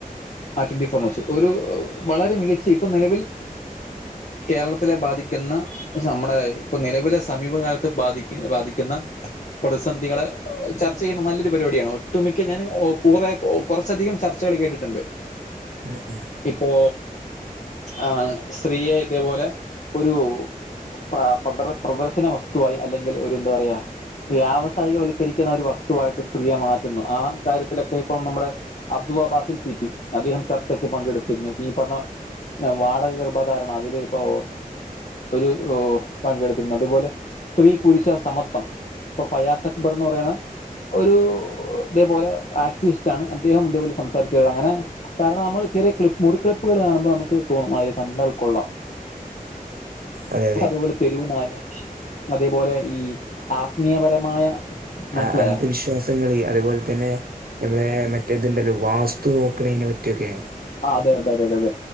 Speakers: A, on the left; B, on the right.
A: ആ ട്വന്റി ഫോർ ന്യൂസ്‌ ഒരു വളരെ മികച്ച ഇപ്പൊ നിലവിൽ കേരളത്തി ത്തിലെ ബാധിക്കുന്ന, നമ്മുടെ ഇപ്പൊ നിലവിലെ സമീപകാലത്ത് ബാധിക്ക ബാധിക്കുന്ന പ്രതിസന്ധികളെ ചർച്ച ചെയ്യുന്ന നല്ലൊരു പരിപാടിയാണ്. ഒട്ടുമിക്ക ഞാൻ കുറെ കുറച്ചധികം ചർച്ച ചർച്ചകൾ കേട്ടിട്ടുണ്ട്.
B: ഉം ഉം.
A: ഇപ്പോ ആ സ്ത്രീയെ ഇതേപോലെ ഒരു പ്ര പ്ര പ്രദർശന വസ്തുവായി അല്ലെങ്കിൽ ഒരു എന്ത് പറയാ വ്യാവസായികവൽക്കരിക്കുന്ന ഒരു വസ്തുവായിട്ട് സ്ത്രീയെ മാറ്റുന്നു. ആ കാര്യത്തിലൊക്കെ ഇപ്പം നമ്മുടെ അബ്ദു അബാസിൽ സി പി അദ്ദേഹം ചർച്ചക്ക് പങ്കെടുത്തിരുന്നു. ഈ പറഞ്ഞ വാടക ഗർഭധാരണ അതില് ഇപ്പൊ ഒരു പങ്കെടുത്തിട്ടുണ്ട്. അതുപോലെ സ്ത്രീ പുരുഷ സമത്വം. ഇപ്പ ഫയാസ് അക്ബർ എന്ന് പറയുന്ന ഒരു ഇതേപോലെ ആക്ടിവിസ്റ്റ് ആണ്. അദ്ദേഹം ഇതേപോലെ സംസാരിച്ച് അങ്ങനെ. കാരണം നമ്മൾ ചെറിയ ക്ലിപ്പ്, മുറി ക്ലിപ്പുകൾ കാണുമ്പോൾ നമുക്ക് തോന്നും അത് കണ്ടാൽ കൊള്ളാം.
B: അതെ അതെ
A: അതേപോലെ തെരുവു നായ. അതേപോലെ ഈ ആത്മീയപരമായ മനസ്സിലായോ
B: ആ അന്ധവിശ്വാസം. സങ്ങള്, അതേപോലെ തന്നെ നമ്മളെ മറ്റേതുണ്ടല്ലോ, വാസ്തു നോക്കണെ പറ്റിയൊക്കെ.
A: ആ അതെ അതെ അതെ.